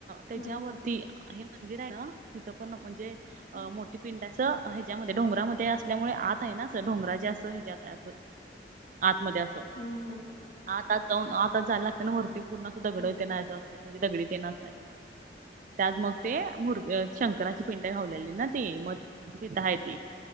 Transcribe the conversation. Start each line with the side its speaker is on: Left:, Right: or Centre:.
Right: त्याच्यावरती
Left: हम्म
Right: हे मंदिर आहे ना. तिथं पण म्हणजे
Left: हम्म
Right: मोठी. पिंड असं हेच्यामध्ये डोंगरामध्ये असल्यामुळे, आत आहे ना असं डोंगरा जे असं हेच्यात असं. आतमध्ये असं.
Left: हम हम.
Right: आत आत जाऊन आतच जायला लागते. ना वरती पूर्ण अस दगड
Left: हम्म
Right: तेन आहे असं म्हणजे दगडी तेन असं हाय. त्यात मग ते मूर्ती शंकराची पिंड घावलेली ना ते मग. तिथं आहे ती.